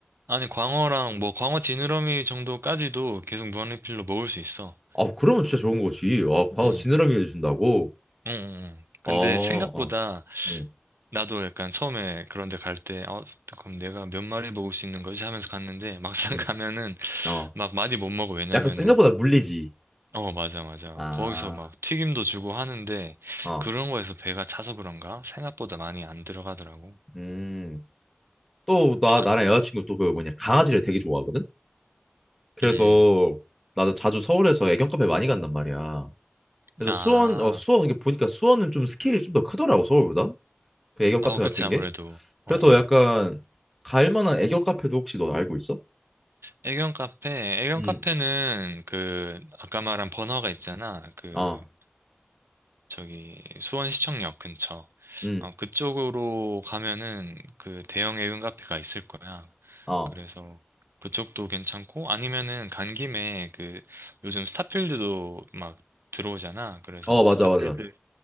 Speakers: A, on the right; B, in the centre.
A: 아니, 광어랑 뭐, 광어 지느러미 정도까지도 계속 무한리필로 먹을 수 있어.
B: 아, 그러면 진짜 좋은 거지. 아, 광어
A: 응,
B: 지느러미 해준다고?
A: 응, 응. 근데
B: 아, 어,
A: 생각보다
B: 음,
A: 나도 약간 처음에 그런 데 갈 때, 어, 그럼 내가 몇 마리 먹을 수 있는 거지? 하면서 갔는데 막상
B: 음,
A: <laughs> 가면은
B: 어.
A: 막 많이 못 먹어. 왜냐면은,
B: 약간 생각보다 물리지.
A: 어, 맞아, 맞아.
B: 아,
A: 거기서 막 튀김도 주고 하는데
B: 어,
A: 그런 거에서 배가 차서 그런가? 생각보다 많이 안 들어가더라고.
B: 음. 또 나
A: 아,
B: 나랑 여자친구 또 그 뭐냐 강아지를 되게 좋아하거든. 그래서
A: 음,
B: 나도 자주 서울에서 애견 카페 많이 간단 말이야.
A: 음.
B: 그래서
A: 아,
B: 수원 어 수원 이게 보니까 수원은 좀 스케일이 좀 더 크더라고 서울보다 그 애견 카페
A: 어, 그치,
B: 같은
A: 아무래도.
B: 게. 그래서
A: 어, 어.
B: 약간 갈 만한 애견 카페도 혹시 너 알고 있어?
A: 애견 카페, 애견
B: 음.
A: 카페는 그, 아까 말한 버너가 있잖아. 그,
B: 아.
A: 저기 수원시청역 근처
B: 음.
A: 어, 그쪽으로 가면은 그 대형 애견 카페가 있을 거야.
B: 아.
A: 그래서 그쪽도 괜찮고 아니면은 간 김에 그 요즘 스타필드도 막 들어오잖아. 그래서
B: 어 맞아
A: 스타필드
B: 맞아.